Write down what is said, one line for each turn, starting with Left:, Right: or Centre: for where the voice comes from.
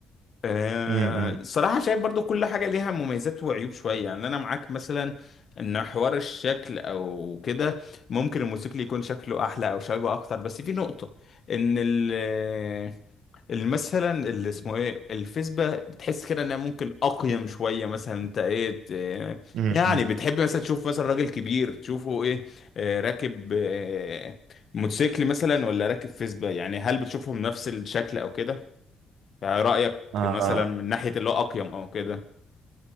Left: آه،
Right: امم
Left: الصراحة شايف برضو كل حاجة ليها مميزات وعيوب شوية يعني أنا معاك مثلا إن حوار الشكل أو كده ممكن الموسيقى يكون شكله أحلى أو شبابي أكتر بس في نقطة إن ال آه، ال- مثلا اللي اسمه إيه الفيسبا بتحس كده إنها ممكن أقيم شوية مثلا أنت إيه ت-
Right: امم
Left: يعني بتحب مثلا تشوف مثلا راجل كبير تشوفه إيه آه، راكب آه، موتوسيكل مثلا ولا راكب فيسبا يعني هل بتشوفهم نفس الشكل أو كده؟ يعني رأيك
Right: آه
Left: مثلا من ناحية اللي هو أقيم أو كده